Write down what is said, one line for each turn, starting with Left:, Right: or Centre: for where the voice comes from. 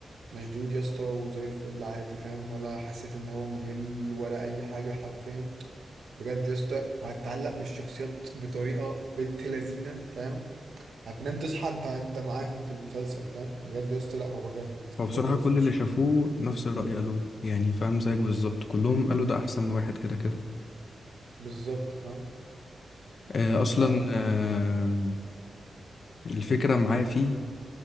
Right: مشدود يا اسطى وزي الفل عادي فاهم ولا حسيت ان هو ممل ولا اي حاجه حرفيا بجد يا اسطى وهتتعلق بالشخصيات بطريقه بنت لذينه فاهم هتنام تصحى انت انت معاهم في المسلسل فاهم بجد يا اسطى لا هو جامد
Left: هو بصراحة
Right: برضه
Left: كل
Right: لازم تش...
Left: اللي شافوه نفس الرأي قالوه يعني فاهم زيك بالظبط كلهم قالوا ده أحسن واحد كده كده
Right: بالظبط فاهم
Left: آه،
Right: ف
Left: أصلا آه، الفكرة معايا فيه